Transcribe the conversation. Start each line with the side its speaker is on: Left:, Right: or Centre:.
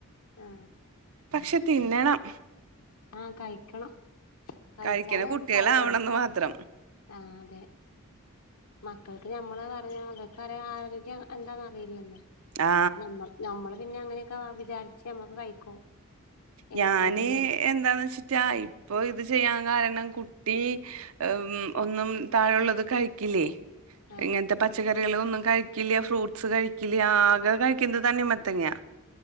Left: ആഹ്
Right: പക്ഷെ തിന്നണം
Left: ആഹ് കഴിക്കണം കഴിച്ചാലേ
Right: കഴിക്കണ കുട്ടികളാവണംന്ന്
Left: അത്ണ്ട് ഫലംഉള്ളു
Right: മാത്രം.
Left: ആഹ് അതെ മക്കൾക്ക് ഞമ്മള് പറഞ്ഞ മക്കക്ക്റിയ ആരോഗ്യം എന്താന്ന് അറിയില്ലല്ലോ
Right: ആ
Left: ഞമ്മ ഞമ്മള് പിന്നെ അങ്ങനെയൊക്കാ വിചാരിച്ച് ഞമ്മക്ക് കഴിക്കും എ
Right: ഞാന്
Left: ഇങ്ങനെ
Right: എന്താണ് വെച്ചിട്ടാ ഇപ്പൊ ഇത് ചെയ്യാൻ കാരണം കുട്ടി ഏമ് ഒന്നും താഴുള്ളത് കഴിക്കില്ലേ
Left: ആ
Right: ഇങ്ങനത്തെ പച്ചക്കറികൾ ഒന്നും കഴി ക്കില്ല ഫ്രൂട്ട്സ് കഴിക്കില്ല ആകെ കഴിക്കുന്ന തണ്ണി മത്തങ്ങാ